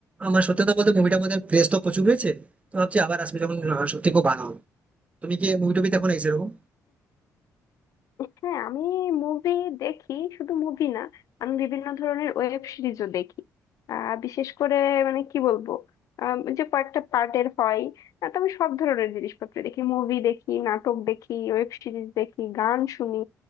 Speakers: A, on the right; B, on the left.
A: আমার সত্যি কথা বলতে মুভিটার মধ্যে ক্রেজ তো প্রচুর রয়েছে তো ভাবছি আবার আসবে যখন আহ, সত্যি খুব ভালো হবে। তুমি কি মুভি টুবি দেখো না সেরকম
B: হ্যাঁ আমি মুভি দেখি শুধু মুভি না আমি বিভিন্ন ধরনের ওয়েব সিরিজও দেখি আহ, বিশেষ করে মানে কি বলবো আম, যে কয়েকটা পার্টের হয় আহ, তো আমি সব ধরনের জিনিসপত্র দেখি মুভি দেখি নাটক দেখি ওয়েব সিরিজ দেখি গান শুনি